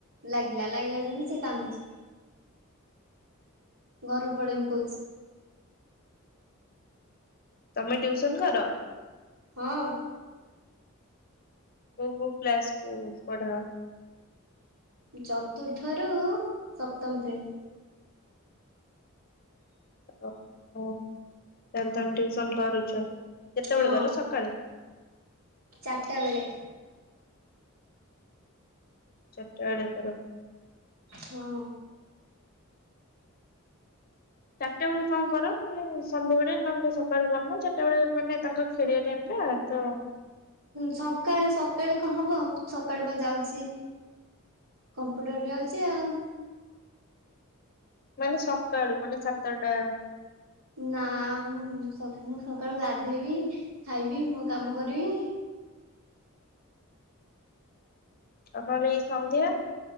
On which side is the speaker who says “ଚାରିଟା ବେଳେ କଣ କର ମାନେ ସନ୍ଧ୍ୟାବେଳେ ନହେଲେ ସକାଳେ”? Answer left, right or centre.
Left